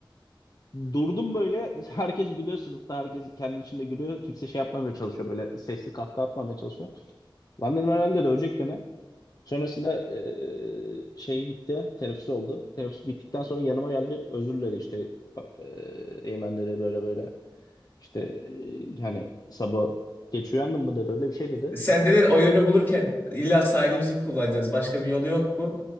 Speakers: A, on the left; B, on the left.
A: Durdum böyle. <laughs> Herkes gülüyor sınıfta. Herkes kendi içinde gülüyor. Kimse şey yapmamaya çalışıyor. Böyle sesli kahkaha atmamaya çalışıyor. Lan dedim herhalde dövecek beni. Sonrasında eee şey gitti. Teneffüs oldu. Teneffüs bittikten sonra yanıma geldi. Özür diledi işte. Eee Eymen dedi böyle böyle. İşte eee, yani sabah geç uyandın mı dedi. Öyle bir şey dedi.
B: Senden o yönü bulurken illa sahili bizim mi kullanacağız? Başka bir yolu yok mu?